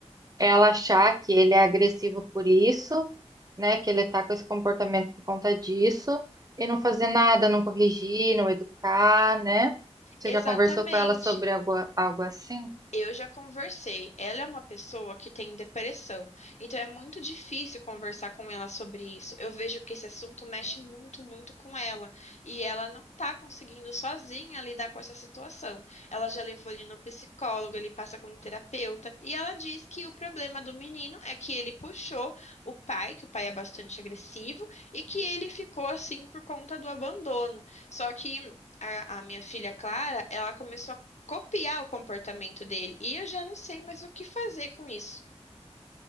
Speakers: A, on the right; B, on the left.
A: ela achar que ele é agressivo por isso, né? Que ele tá com esse comportamento por conta disso, e não fazer nada, não corrigir, não educar, né? Você
B: Exatamente.
A: já conversou com ela sobre algo, algo assim?
B: Eu já conversei. Ela é uma pessoa que tem depressão, então é muito difícil conversar com ela sobre isso. Eu vejo que esse assunto mexe muito, muito com ela, e ela não tá conseguindo sozinha lidar com essa situação. Ela já levou ele no psicólogo, ele passa como terapeuta, e ela diz que o problema do menino é que ele puxou o pai, que o pai é bastante agressivo, e que ele ficou assim por conta do abandono. Só que A, a minha filha Clara, ela começou copiar o comportamento dele. E eu já não sei mais o que fazer com isso.